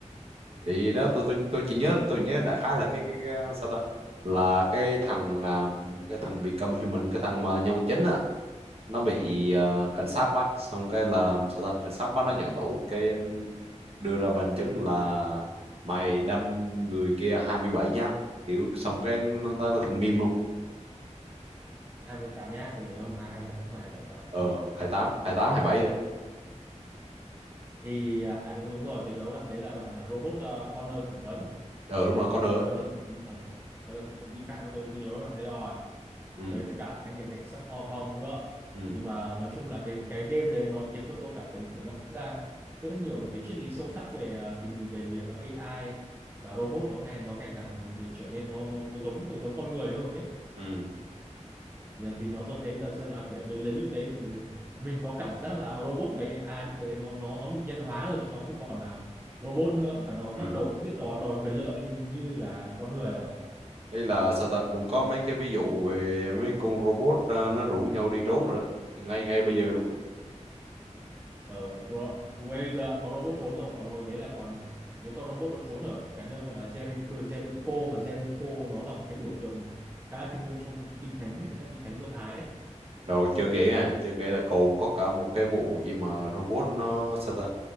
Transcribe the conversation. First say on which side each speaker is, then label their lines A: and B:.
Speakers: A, on the right (about 50°); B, on the right (about 15°).
A: thì đó tôi tôi tôi chỉ nhớ tôi nhớ đại khái là cái cái, cái sao ta là cái thằng à, cái thằng Become Human cái thằng mà nhân vật chính á nó bị à, cảnh sát bắt xong cái là sao ta cảnh sát bắt nó nhận tội cái đưa ra bằng chứng là mày đâm người kia 27 nhát kiểu xong cái nó, nó thành meme luôn
B: 28 nhá tôi nhớ không hai 28 chứ không phải 27 đâu
A: ờ 28 28 27 đấy
B: thì à à, đúng, đúng rồi tôi nhớ đoạn đấy là đoạn là robot uh, Connor thẩm vấn
A: ờ đúng rồi con nữa
B: Connor thẩm vấn thẩm, thẩm Connor thẩm vấn nghi phạm tôi tôi nhớ bạn đấy rồi
A: ừ
B: với cả anh cảnh cảnh sát Hong Hong nữa
A: ừ
B: nhưng mà nói chung là cái cái game đấy nó khiến cho tôi cảm thấy phải ngẫm ra rất nhiều về cái triết lý sâu sắc về à, tình về việc AI và robot nó ngày nó ngày càng trở nên nó nó giống giống con người hơn đấy
A: ừ
B: giờ thì nó tôi thấy thật sự là kiểu đến đến lúc đấy mình mình có cảm giác là robot phải AI lúc đấy nó nó nó bị nhân hóa rồi chứ nó không còn là robot nữa và nó
A: ừ
B: bắt đầu cũng biết đòi đòi quyền lợi như, như là con người rồi
A: Đây là sao ta cũng có mấy
B: Để,
A: cái ví dụ về mấy con robot ờ, nó rủ nhau đi trốn rồi đó. Thì ngay ngay bây giờ luôn á.
B: ở ro- bây giờ có robot trốn rồi còn hồi đấy là còn mấy con robot nó trốn ở một cái nơi gọi là Jericho Jericho mà Jericho nó là một cái biểu tượng khá thiêng liêng trong kinh thánh ấy, kinh thánh Do Thái ấy.
A: Rồi chưa kể à, chưa kể là còn có cả một cái vụ gì mà robot nó sao ta,